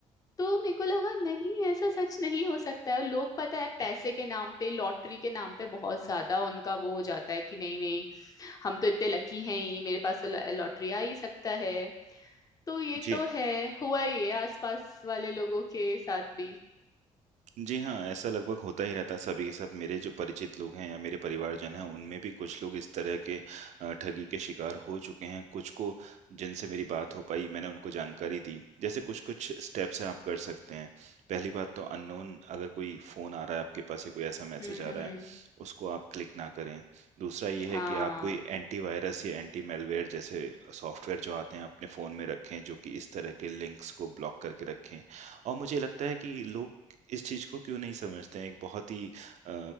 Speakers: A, on the left; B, on the right.
A: तो मेरे को लगा नहीं ऐसा सच नहीं हो सकता है लोग पता है पैसे के नाम पे लॉटरी के नाम पे बहुत ज्यादा उनका वो हो जाता है कि नहीं नहीं हम तो इतने लकी हैं ही मेरे पास तो लॉ- लॉटरी आ ही सकता है तो ये
B: जी।
A: तो है हुआ ही है आसपास वाले लोगों के साथ भी
B: जी हाँ, ऐसा लगभग होता ही रहता है सभी के साथ। मेरे जो परिचित लोग हैं या मेरे परिवारजन हैं, उनमें भी कुछ लोग इस तरह के अ, ठगी के शिकार हो चुके हैं। कुछ को जिनसे मेरी बात हो पाई, मैंने उनको जानकारी दी। जैसे कुछ-कुछ स्टेप्स हैं आप कर सकते हैं। पहली बात तो अननोन अगर कोई फ़ोन आ रहा है आपके पास या कोई ऐसा मैसेज
A: हम्म
B: आ
A: हम्म
B: रहा
A: हम्म,
B: है, उसको आप क्लिक ना करें। दूसरा ये है
A: हाँ
B: कि आप कोई एंटीवायरस या एंटी मैलवेयर जैसे सॉफ्टवेयर जो आते हैं, अपने फ़ोन में रखें, जो कि इस तरह के लिंक्स को ब्लॉक करके रखें। और मुझे लगता है कि लोग इस चीज को क्यों नहीं समझते हैं एक बहुत ही अ,